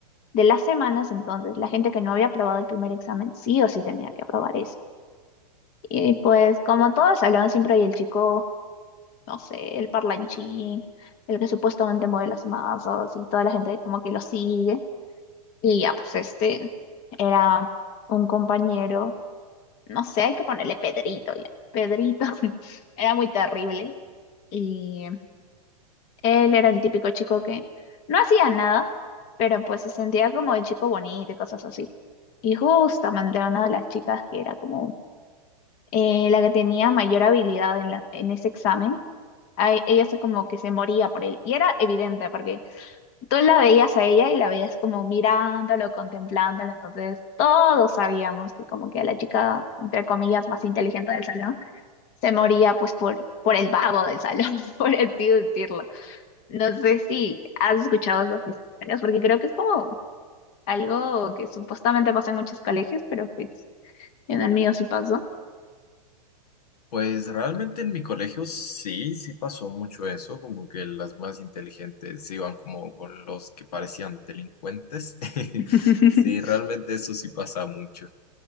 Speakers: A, on the left; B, on the left.
A: de las semanas, entonces la gente que no había aprobado el primer examen sí o sí tenía que aprobar ese. Y pues como todos hablaban siempre y el chico, no sé, el parlanchín, el que supuestamente mueve las masas y toda la gente como que lo sigue. Y ya, pues este era un compañero, no sé, hay que ponerle Pedrito ya. Pedrito <laughs> era muy terrible y Él era el típico chico que no hacía nada, pero pues se sentía como el chico bonito y cosas así. Y justamente una de las chicas que era como eh, la que tenía mayor habilidad en, la- en ese examen, a e- ella se como que se moría por él. Y era evidente porque tú la veías a ella y la veías como mirándolo, contemplándolo. Entonces todos sabíamos que como que a la chica, entre comillas, más inteligente del salón, se moría pues por, por el vago del salón, <laughs> por así decirlo. No sé si has escuchado esas historias, porque creo que es como algo que supuestamente pasa en muchos colegios, pero pues en el mío sí pasó.
B: Pues realmente en mi colegio sí, sí pasó mucho eso, como que las más inteligentes se iban como con los que parecían delincuentes. <laughs>
A: <laughs>
B: Sí, realmente eso sí pasa mucho.